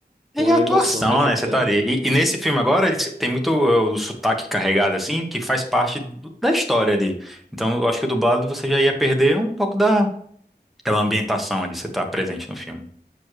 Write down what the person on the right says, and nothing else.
com
a
emoção que a gente
tem.
né?